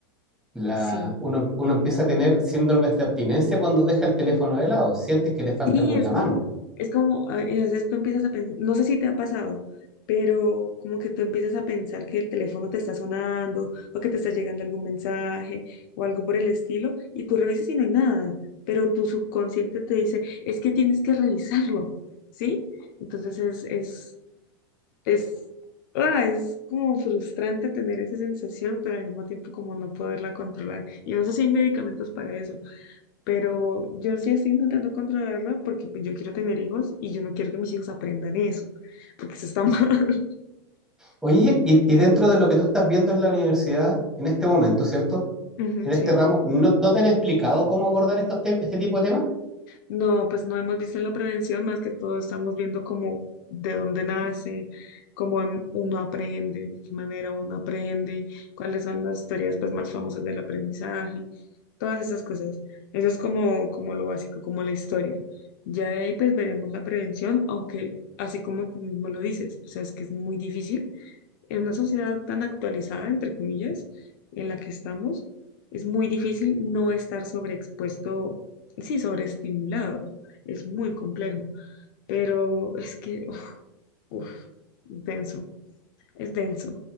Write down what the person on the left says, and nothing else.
sí.
Sí,
es
como,
es como, a y a veces tú empiezas a pensar, no sé si te ha pasado, pero como que tú empiezas a pensar que el teléfono te está sonando o que te está llegando algún mensaje o algo por el estilo y tú revisas y no hay nada, pero tu subconsciente te dice, es que tienes que revisarlo, ¿sí? Entonces es, es, es, ah, es como frustrante tener esa sensación, pero al mismo tiempo como no poderla controlar. Y no sé si hay medicamentos para eso pero yo sí estoy intentando controlarla porque pues, yo quiero tener hijos y yo no quiero que mis hijos aprendan eso, porque eso está mal.
<laughs> Ujú,
sí.
No, pues no hemos visto la prevención, más que todo estamos viendo como de dónde nace, cómo em- uno aprende, de qué manera uno aprende, cuáles son las teorías pues más famosas del aprendizaje, todas esas cosas. Eso es como, como lo básico, como la historia. Ya de ahí pues veremos la prevención, aunque así como tú mismo lo dices, o sea, es que es muy difícil en una sociedad tan actualizada, entre comillas, en la que estamos, es muy difícil no estar sobreexpuesto, sí, sobreestimulado. Es muy complejo, pero es que, uf, uf, denso, es denso.